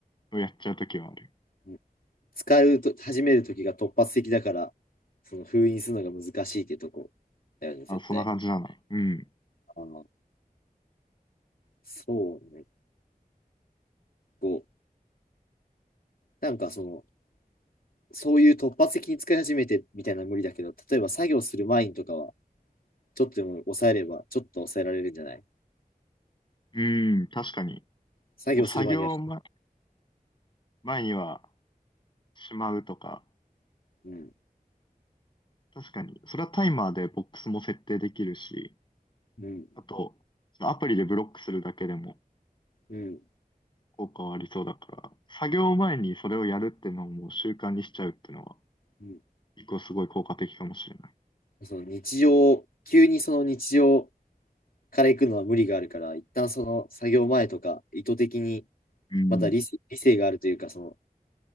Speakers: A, on the left; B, on the left.
A: のをやっちゃうときはある。
B: うん使うと始める時が突発的だから、その封印するのが難しいってとこだよね、
A: あ、
B: 絶対。
A: そんな感じだなの。うん。
B: あーそうね。こう、なんかその、そういう突発的に使い始めてみたいなのは無理だけど、例えば作業する前にとかは、ちょっとでも抑えれば、ちょっと抑えられるんじゃない
A: うん、確かに。
B: 作業する前には、
A: もう作業ま前にはしまうとか、
B: うん、
A: 確かに。それはタイマーでボックスも設定できるし、
B: うん、
A: あと、そのアプリでブロックするだけでも、
B: うん、
A: 効果はありそうだから、作業前にそれをやるってのをもう習慣にしちゃうってのは、
B: うん。
A: 一個すごい効果的かもしれない。
B: その日常、急にその日常から行くのは無理があるから、一旦その作業前とか、意図的に、
A: うん。
B: また理、理性があるというか、その、